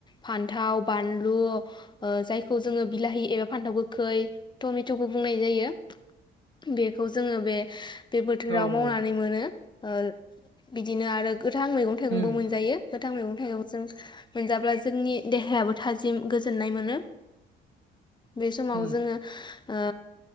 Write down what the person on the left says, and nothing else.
फान्थाव, बानलु ओ जायखौ जोङो बिलाहि एबा फान्थाव गोखै टमेट'बो बुंनाय जायो। बेखौ जोङो बे बे बोथोराव
मावनानै
मोनो। ओ बिदिनो आरो गोथां मैगं
थाइगंबो
मोनजायो। गोथां मैगं थाइगं जों मोनजाब्ला जोंनि देहायाबो थाजिम गोजोननाय मोनो। बे समाव
जोङो ओ